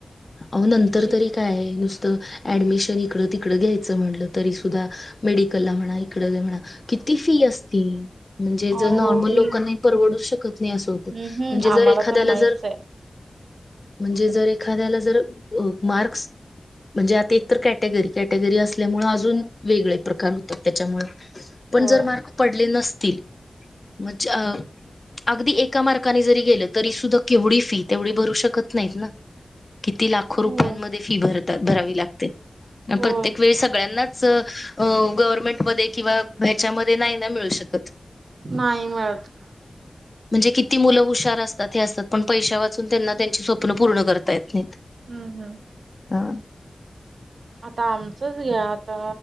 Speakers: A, on the left; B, on the right.
A: आहो नंतर
B: शिक
A: तरी काय नुसतं ॲडमिशन इकडं तिकडं घ्यायचं म्हटलं तरीसुद्धा मेडिकलला म्हणा इकडं म्हणा किती फी असती म्हणजे जर
B: ओवी
A: नॉर्मल लोकांना परवडू शकत नाही असं होतं
B: हम्म
A: म्हणजे जर
B: आम्हाला
A: एखाद्याला
B: तर नाहीच
A: जर
B: आहे
A: म्हणजे जर एखाद्याला जर मार्क्स म्हणजे आता इतर कॅटेगरी कॅटेगरी असल्यामुळे अजून वेगळे प्रकार होतात त्याच्यामुळे पण
B: होय
A: जर मार्क पडले नसतील. म्हणजे अगदी एका मार्काने जरी गेलं तरी सुद्धा केवढी फी तेवढी फी भरू शकत नाही ना किती लाखो रुपयांमध्ये
B: हो
A: फी भरात भरावी लागते.
B: हो
A: प्रत्येक वेळी सगळ्यांनाच गव्हर्नमेंटमध्ये किंवा ह्याच्यामध्ये नाही ना मिळू शकत.
B: नाही मिळत.
A: म्हणजे किती मुलं हुशार असतात हे असतात पण पैशा वाचून त्यांना त्यांची स्वप्न पूर्ण करता येत नाही.
B: हम्म हम्म
A: हा
B: आता आमचंच घ्या आता